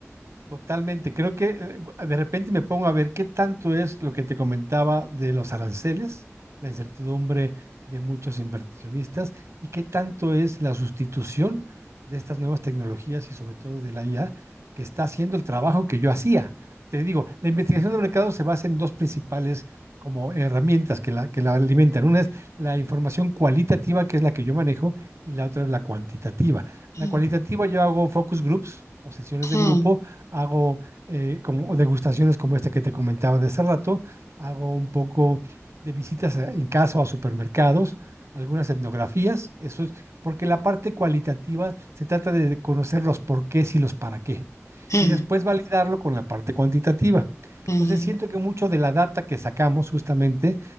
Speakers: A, on the right; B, on the left.
A: Totalmente, creo que eh, eh, de repente me pongo a ver qué tanto es lo que te comentaba de los aranceles, la incertidumbre de muchos inversionistas y qué tanto es la sustitución de estas nuevas tecnologías y sobre todo de la IA que está haciendo el trabajo que yo hacía. Te digo, la investigación de mercado se basa en dos principales como herramientas que la, que la alimentan. Una es la información cualitativa, que es la que yo manejo, y la otra es la cuantitativa. La
B: Mm,
A: cualitativa yo hago focus groups o sesiones de
B: mm,
A: grupo hago eh, como degustaciones como este que te comentaba de hace rato, hago un poco de visitas a- en casa o a supermercados, algunas etnografías, eso es, porque la parte cualitativa se trata de conocer los porqués y los para qué,
B: mm,
A: y después validarlo con la parte cuantitativa.
B: mm,
A: Entonces siento que mucho de la data que sacamos justamente